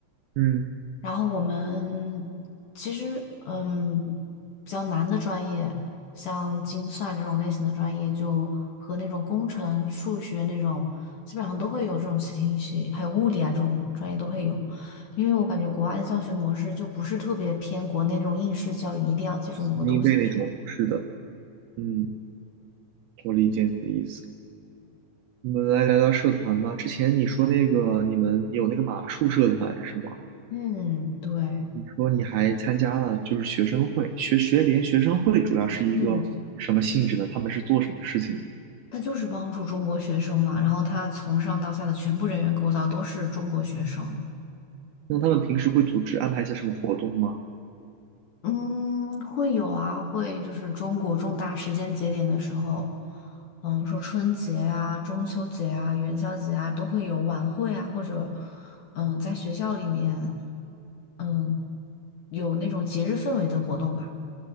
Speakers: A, on the right (about 70°); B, on the left (about 60°).
A: 嗯，
B: 然后我们其实，嗯，比较难的专业，像精算这种类型的专业，就和那种工程、数学那种，基本上都会有这种 c 听系，还有物理啊这种专业都会有。因为我感觉国外的教学模式就不是特别偏国内那种应试教育，你一定要记住某个东西。
A: 死记硬背那种。是的，嗯，我理解你的意思。我们来聊聊社团吧。之前你说那个你们有那个马术社团是吗？
B: 嗯，对。
A: 你说你还参加了就是学生会、学学联、学生会，主要是一个什么性质呢？
B: 嗯。
A: 他们是做什么事情的？
B: 他就是帮助中国学生嘛，然后他从上到下的全部人员构造都是中国学生。
A: 那他们平时会组织安排一些什么活动吗？
B: 嗯，会有啊，会就是中国重大时间节点的时候，嗯，说春节啊、中秋节啊、元宵节啊，都会有晚会啊，或者嗯，在学校里面，嗯，有那种节日氛围的活动吧。